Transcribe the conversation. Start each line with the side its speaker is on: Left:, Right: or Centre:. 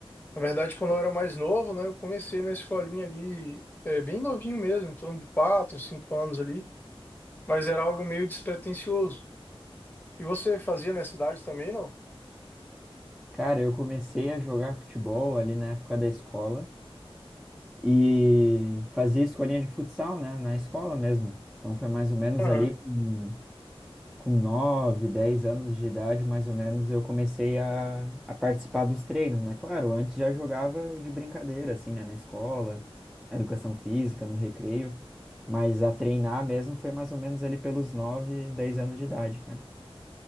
Left: Na verdade, quando eu era mais novo, né, eu comecei na escolinha ali, é, bem novinho mesmo, em torno de 4, 5 anos ali, mas era algo meio despretensioso. E você fazia nessa idade também, não?
Centre: Cara, eu comecei a jogar futebol ali na época da escola e fazia escolinha de futsal, né? Na escola mesmo. Então foi mais ou menos
Left: Aham.
Centre: ali. com com 9 10 anos de idade, mais ou menos, eu comecei a, a participar dos treinos, né? Claro, antes já jogava de brincadeira, assim, né? Na escola, na educação física, no recreio, mas a treinar mesmo foi mais ou menos ali pelos 9 10 anos de idade, cara.